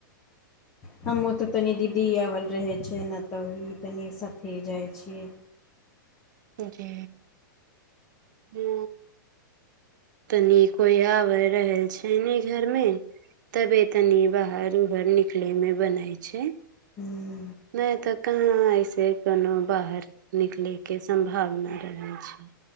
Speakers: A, on the left; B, on the right.
A: हमहुँ तऽ तनी दीदी आबल रहै छै ने, तऽ ओही तनी साथे जाइ छियै।
B: जे हू। तनि कोई आब रहै छै ने घर में। तबे तनी बाहर- उहर निकले में बनै छै।
A: हु।
B: नै तऽ कहाँ ऐसे कोनो बाहर निकलैके सम्भावना रहै छै।